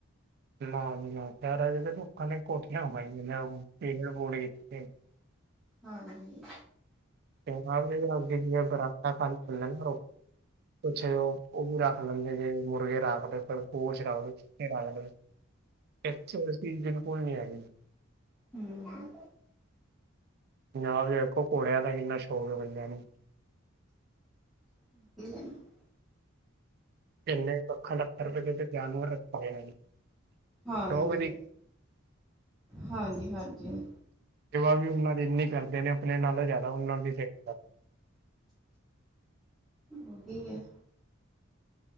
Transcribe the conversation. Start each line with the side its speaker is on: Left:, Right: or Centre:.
Right: ਨਾ ਜੀ ਨਾ ਸ਼ਹਿਰਾਂ ਚ ਤਾਂ ਲੋਕਾਂ ਨੇ ਕੋਠੀਆਂ ਪਾਈਆਂ ਹੋਈਆਂ <unintelligible> ਪੇੜ ਪੁੜ ਕਿੱਥੇ
Centre: ਹਾਂ ਜੀ
Right: <unintelligible> ਕੁਛ ਏ ਉਹ ਉਹ ਵੀ ਰੱਖ ਲੈਂਦੇ ਜੇ ਮੁਰਗੇ ਰੱਖ ਲਏ ਖ਼ਰਗੋਸ਼ ਰੱਖ ਦੋ ਰੱਖਦੇ <unintelligible> ਇੱਥੇ ਇਹ ਚੀਜ਼ ਬਿਲਕੁਲ ਨਹੀਂ ਹੈਗੀ
Centre: ਹੂੰ
Right: ਪੰਜਾਬ ਚ ਵੇਖੋ ਘੜਿਆਂ ਦਾ ਕਿੰਨਾ ਸ਼ੌਕ ਏ ਬੰਦਿਆ ਨੂੰ
Centre: <unintelligible>
Right: ਕਿੰਨੇ ਲੱਖਾਂ ਲੱਖ ਰੁਪਏ ਦੇ ਜਾਨਵਰ ਰੱਖ਼ੇ ਨੇ
Centre: ਹਾਂਜੀ
Right: ਸ਼ੌਕ ਦੀ
Centre: ਹਾਂਜੀ ਹਾਂਜੀ
Right: ਸੇਵਾ ਵੀ ਉਹਨਾਂ ਦੀ ਇੰਨੀ ਕਰਦੇ ਨੇ ਆਪਣੇ ਨਾਲੋਂ ਜ਼ਿਆਦਾ ਉਹਨਾਂ ਦੀ ਸੇਵਾ ਕਰ
Centre: ਉਹੀ ਹੈ